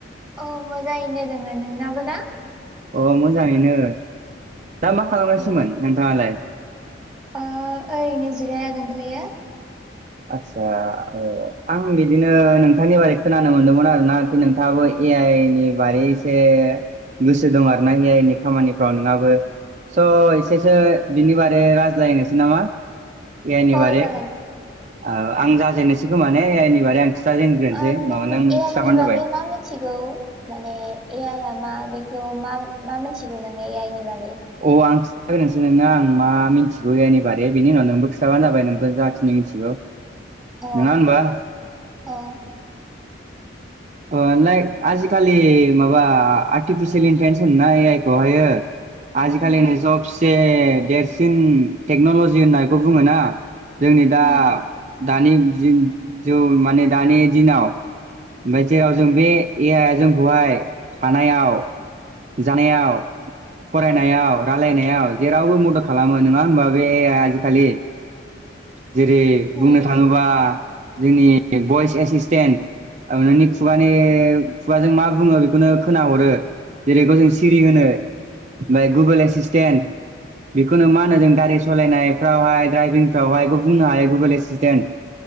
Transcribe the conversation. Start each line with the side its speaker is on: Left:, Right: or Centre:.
Centre: औ मोजाङैनो दोङो नोंनाबो ना
Right: अ मोजाङैनो दा मा खालामनायसोमोन
Centre: अ
Right: नोंथाङालाय
Centre: ओ ओरैनो जिरायना दोंथ'यो।
Right: आच्चसा औ ओ आं बिदिनो नोंथांनि बारै खोनानो मोनदोंमोन आरोना आरोखि नोंथाङाबो ए आइ नि बारै एसे गोसो दं आरोना ए आइ नि खामानिफ्राव नोंनाबो स' एसेसो बिनि बारै रायज्लायनोसै नामा ए आइनि
Centre: औ
Right: बारै
Centre: जागोन
Right: औ आं जाजेननोसै खोमा ने ए आइनि बारै आं खिथाजेनग्रोनोसै
Centre: ओ
Right: उनाव
Centre: नों ए आइ
Right: खिथाबानो
Centre: नि बागै
Right: जाबाय
Centre: मा मिथिगौ माने ए आइ आ मा? बेखौ मा मा मिथिगौ नोङो आइनि बागै?
Right: औ आं <unintelligible> नोंना आं मा मिथिगौ ए आइनि बारै बिनि उनाव नोंबो खिथाबानो जाबाय नोंबो जाखिनि मिथिगौ।
Centre: औ
Right: नङा होनबा
Centre: औ
Right: ओ लाइक आजिखालि माबा आर्टिफिसियेल इन्टेन्सहोनो ना ए आइ खौ हायो। आजिखालिनि
Centre: उम
Right: सबसे देरसिन टेक्न'लजि होननायखौ इखौ बुङो ना जोंनि दा
Centre: उम
Right: दानि जि जौ माने दानि दिनाव ओमफाय जेराव जों बे ए आइया जोंखौहाय थानायाव जानायाव फरायनायाव रायलायनायाव जेरावबो मदद खालामो नङा हबा बे ए आइ या आजिखालि जेरै बुंनो
Centre: उम
Right: थाङोबा जोंनि भइस एसिसटेन्ट नोंनि खुगानि खुगाजों मा बुङो बेखौनो खोनाहरो जेरै ग जों सिरि होनो ओमफाय गुगोल एसिसटेन्ट बेखौनो मा होनो जों गारि सालायनायफ्रावहाय ड्राइभिं फावहाय बुंनो हायो गुगोल एसिसटेन्ट